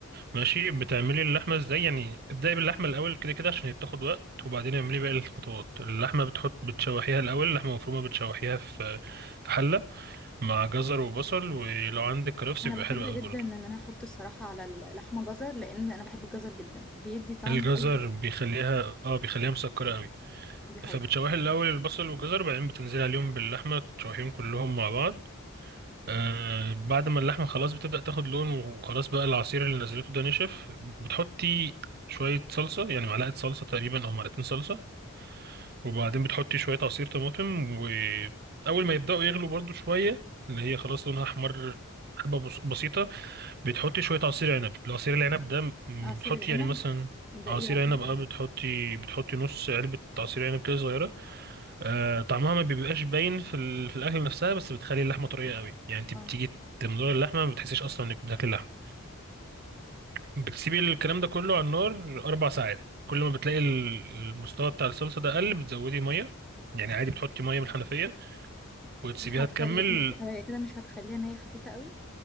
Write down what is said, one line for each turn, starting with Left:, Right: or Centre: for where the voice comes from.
Right: ماشي بتعملي اللحمه ازاي يعني ابدأي باللحمه الاول كده كده عشان هي بتاخد وقت وبعدين اعملي باقي الخطوات اللحمه بتحط بتشوحيها الاول لحمه مفرومه بتشوحيها في في حله مع جزر وبصل ولو عندك كرفس
Centre: انا
Right: بيبقى
Centre: بحب
Right: حلو قوي
Centre: جدا
Right: برضه
Centre: ان انا احط الصراحة على اللحمة جزر لان انا بحب الجزر جدا بيدي طعم
Right: الجزر
Centre: اي حاجة
Right: بيخليها اه بيخليها مسكرة قوي
Centre: دي حقيقة
Right: فبتشوحي الأول البصل والجزر بعدين بتنزلي عليهم باللحمة تشوحيهم كلهم مع بعض آه بعد ما اللحمة خلاص بتبدأ تاخد لون وخلاص بقى العصير اللي نزلته ده نشف بتحطي شوية صلصة يعني معلقة صلصة تقريبا أو معلقتين صلصة وبعدين بتحطي شوية عصير طماطم وأول ما يبدأوا يغلوا برضو شوية اللي هي خلاص لونها أحمر حبة بس- بسيطة بتحطي شوية عصير عنب العصير العنب ده م-
Centre: عصير
Right: بتحطي
Centre: العنب
Right: يعني مثلا
Centre: ده
Right: عصير
Centre: ايه عصير
Right: عنب
Centre: العنب
Right: اه بتحطي بتحطي نص علبة عصير عنب كده صغيرة آه طعمها ما بيبقاش باين في, ال... في الأكل نفسها بس بتخلي اللحمة طرية قوي يعني انت
Centre: اه
Right: بتيجي تمضغ اللحمة ما بتحسيش أصلا إنك بتاكلي اللحمة بتسيبي الكلام ده كله على النار أربع ساعات كل ما بتلاقي ال- المستوى بتاع الصلصة ده قل بتزودي مية يعني عادي بتحطي مية من الحنفية وتسيبيها
Centre: مش هتخلي
Right: تكمل
Centre: مت- طب هي كده مش هتخليها ان هي خفيفة قوي